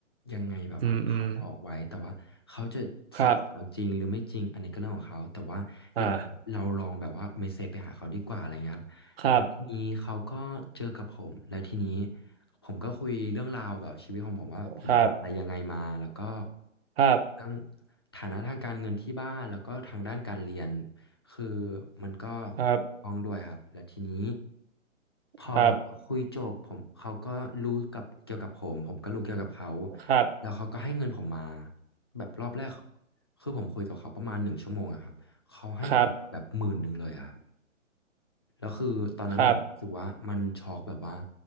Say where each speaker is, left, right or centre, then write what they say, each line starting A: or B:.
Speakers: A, on the left; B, on the right.
A: ยังไงแบบว่าเขาบอกไว้แต่ว่าเขาจะซัพพอร์ตเราจริงหรือไม่จริงอันนี้ก็เรื่องของเขาแต่ว่าอย่างเราลองแบบว่าเมสเซจไปหาเขาดีกว่าอะไรเงี้ยครับแล้วทีนี้เขาก็เจอกับผมแล้วทีนี้
B: อืมอืมครับอ่าครับ
A: ผมก็คุยเรื่องราวแบบชีวิตของผมว่าผมผ่านอะไรยังไงมาแล้วก็
B: ครับครับ
A: ทั้งฐานะทางการเงินที่บ้านแล้วก็ทางด้านการเรียน คือมันก็
B: ครับ
A: ท้องด้วยครับแล้วทีนี้พอแบบคุยจบผมเขาก็รู้กับเกี่ยวกับผมผมก็รู้เกี่ยวกับเขา
B: ครับครับ
A: แล้วเขาก็ให้เงินผมมาแบบรอบแรกเขาคือผมคุยกับเขาประมาณหนึ่งชั่วโมงอะครับเขาให้ผมแบบหมื่นหนึ่งเลยอะครับ
B: ครับ
A: แล้วคือตอนนั้นผมรู้สึกว่ามันช็อกแบบว่า
B: ครับ